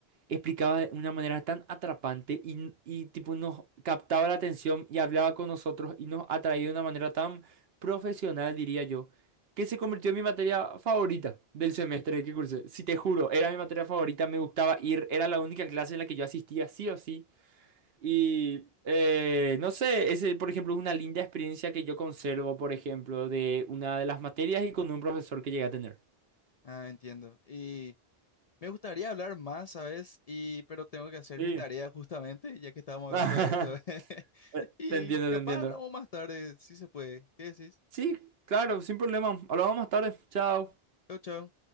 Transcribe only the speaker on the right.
Explicaba de una manera tan atrapante y, n- y, tipo nos captaba la atención y hablaba con nosotros y nos atraía de una manera tan profesional, diría yo, que se convirtió en mi materia favorita del semestre que cursé. Si te juro, era mi materia favorita, me gustaba ir, era la única clase en la que yo asistía sí o sí. Y eh, no sé, ese, por ejemplo, es una linda experiencia que yo conservo, por ejemplo, de una de las materias y con un profesor que llegué a tener.
Sí.
<laughs>
Te entiendo,
te entiendo.
Sí, claro, sin problema. Hablamos más tarde. Chao.